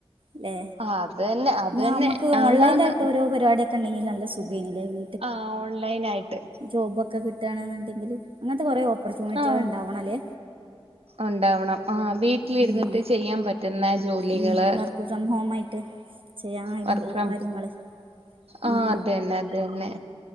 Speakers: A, on the right; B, on the right.
A: ല്ലേ?
B: അത് തന്നെ അത്
A: ന്നാ
B: തന്നെ
A: നമ്മക്ക്
B: ആന്നാന്ന്
A: ഓൺലൈനായിട്ട് ഓരോ പരിപാടിയൊക്കെണ്ടെങ്കി നല്ല സുഖായിനെല്ലേത്?
B: ആഹ് ഓൺലൈൻ ആയിട്ട്.
A: ജോബൊക്കെ കിട്ടണെന്നുണ്ടെങ്കില്. അങ്ങനത്തെ കൊറെ ഓപ്പർച്യൂണിറ്റികൾ
B: ആഹ്
A: ഉണ്ടാവണം ല്ലേ?
B: ഉണ്ടാവണം ആഹ് വീട്ടിലിരുന്നിട്ട്
A: ഉം
B: ചെയ്യാൻ പറ്റുന്ന ജോലികള്
A: ഉം. വർക്ക് ഫ്രം ഹോം ആയിട്ട്. ചെയ്യാൻ കയ്യണ
B: വർക്ക് ഫ്രം
A: കാര്യങ്ങള്
B: ആഹ്.
A: ഉം
B: അതന്നെ അതന്നെ.